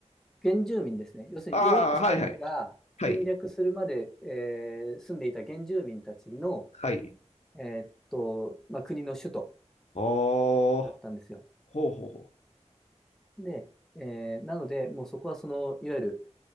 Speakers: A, in the centre; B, on the left.
A: 原住民ですね。要するにヨーロッパ、
B: はいはい、
A: スペインが侵略するまで、
B: はい、
A: えー住んでいた原住民たちの、
B: はい、はいはいはいはいはいはいはあはあはあああはいはいはいはい
A: えーっと、まあ、国の首都
B: おー、
A: だったんですよ。
B: ほうほうほ
A: で、えーなので、もうそこはその、いわゆる